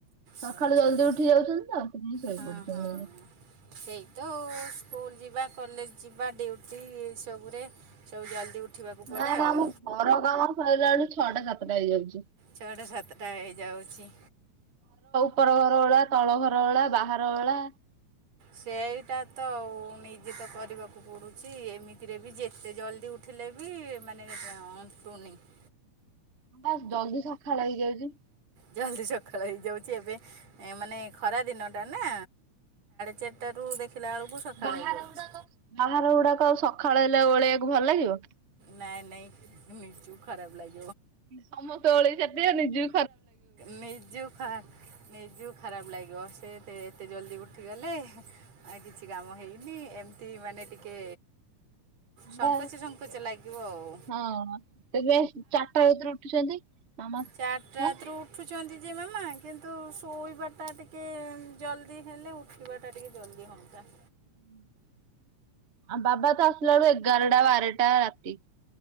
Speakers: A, on the right (about 85°); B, on the right (about 55°).
A: ସକାଳୁ
B: ଶୋଇଛନ୍ତି
A: ଜଲଦି ଉଠି ଯାଉଛନ୍ତି ତ ଆଉ ସେପାଇ ଶୋଇପଡୁଛନ୍ତି।
B: ହଁ ହଁ ସେଇ ତ ସ୍କୁଲ ଯିବା କଲେଜ ଯିବା ଡୁଟି ଏ ସବୁ ଜଲ୍ଦି ଉଠିବାକୁ ପଡ଼େ
A: ନାଇ ନା
B: ଆଉ
A: ଆମ ଘର କାମ ସରିଲା ବେଳ ଛଅଟା ସାତଟା ହେଇଚି।
B: ଛଅଟା ସାତଟା ହେଇଯାଉଚି।
A: ଅପର ଘର ଭଳା ତଳ ଘର ଭଳା ବାହାର ଭଳା।
B: ସେଇଟା ତ ନିଜେ ତ କରିବାକୁ ପଡୁଚି ଏମିତିରେ ବି ଯେତେ ଜଲ୍ଦି ଉଠିଲେ ବି ମାନୁ <unintelligible>
A: ବାସ ଜଲଦି ସକାଳ ହେଇଯାଉଚି।
B: ଜଲଦି ସକାଳ ହେଇଯାଉଚି ଏବେ ମାନେ ଖରା ଦିନଟା ନା। ଚାରିଟାରୁ ଦେଖିଲା ବେଳକୁ ସକାଳ
A: ବାହାର
B: ହେଇଯାଉଛି
A: ଗୁଡାକ ବାହାର ଗୁଡାକ ସଖାଳ ହେଲେ ଓଳେଇବାକୁ ଭଲ ଲାଗିବ।
B: ନାଇଁ ନାଇଁ ନିଚୁ ଖରାପ ଲାଗି
A: ସମସ୍ତେ ଭଳେଇ ସାରିଥିବେ ନିଜୁ
B: ନିଯୁ ଖରାପ୍ ନିଜ ନିଜୁ ଖରାପ ଲାଗିବ ସେଥି ଏତେ ଜଲ୍ଦି ଉଠିଗଲେ ଆ କିଛି କାମ ହେଇନି ଏମିତି ମାନେ ଟିକେ ସଙ୍କୋଚ
A: ବା
B: ସଙ୍କୋଚ ଲାଗିବ ଆଉ
A: ହଁ ତବେ ଚାରିଟା ଭିତରେ ଉଠୁଛନ୍ତି। ମାମା
B: ଚାରିଟାତ
A: ହଁ
B: ରୁ ଉଠୁ ଛନ୍ତି ଯେ ମାମା କିନ୍ତୁ ଶୋଇବାଟା ଟିକେ ଜଲ୍ଦି ହେଲେ ଉଠିବାଟା ଟିକେ ଜଲ୍ଦି ହ ହଁ।
A: ହୁଁ। ବାବା ତ ଆସିଲ ଆଳୁ ଏଗାରଟା ବାରଟା ରାତି